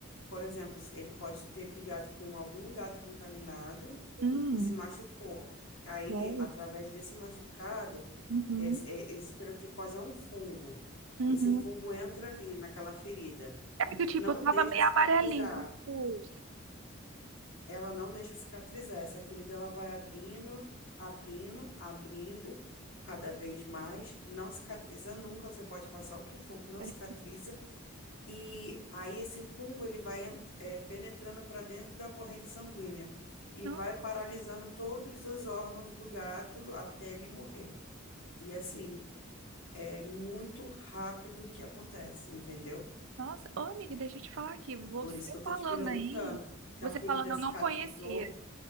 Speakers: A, on the left (about 75°); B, on the right (about 70°).
A: por exemplo, ele pode ter brigado com algum gato contaminado
B: hum,
A: e se machucou. Aí,
B: sério?
A: através desse machucado,
B: Uhum,
A: esse, esse esporotricose é um fungo.
B: uhum.
A: Esse fungo entra ali naquela ferida.
B: É que tipo,
A: não
B: eu tava
A: deixa
B: meio
A: cicatrizar.
B: amarelinho com pulso.
A: Ela não deixa cicatrizar. Essa ferida ela vai abrindo, abrindo, abrindo cada vez mais. Não cicatriza nunca. Você pode passar o que for que não
B: né?
A: cicatriza. E aí esse fungo ele vai en- eh, penetrando para dentro da corrente sanguínea e
B: No-
A: vai paralisando todos os órgãos do gato até ele morrer. E assim, é muito rápido que acontece, entendeu?
B: Nossa, ô amiga, deixa eu te falar aqui, você
A: Por isso que eu tô
B: falando
A: te perguntando
B: aí,
A: se
B: você
A: a ferida
B: falando eu
A: cicatrizou
B: não conhecia.